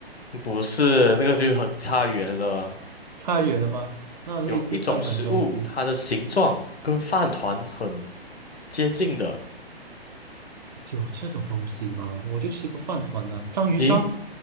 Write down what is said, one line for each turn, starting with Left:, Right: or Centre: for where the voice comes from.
Left: 不是，那个就很差远了。
Right: 差远了吗？那类似饭团的东西
Left: 有一种食物，它的形状跟饭团很接近的，
Right: 有这种东西吗？我就吃过饭团啊，章鱼烧
Left: 你